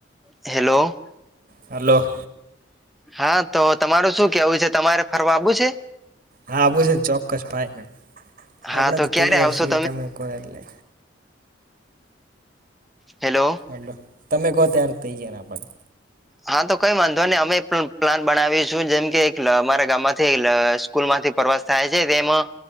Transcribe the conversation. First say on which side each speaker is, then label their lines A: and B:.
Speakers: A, in the centre; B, on the right.
A: હેલો.
B: હાલો.
A: હા, તો તમારું શું કેવું છે તમારે ફરવા આબું છે?
B: હા, બું છેે ને ચોક્કસ ભાઈના આપડે
A: હા
B: તો
A: ક્યારે
B: તૈયાર
A: આવશો
B: છીએ તમે કો એટલે
A: હેલો
B: હલો, તમે કો ત્યારે તૈયાર આપડે
A: હા, તો કઈ વાંધો ને અમે પ્લાન બનાવીશું જેમકે એક અમારા ગામમાંથી <unintelligible> સ્કૂલ માંથી પ્રવાસ થાય છે, તેમાં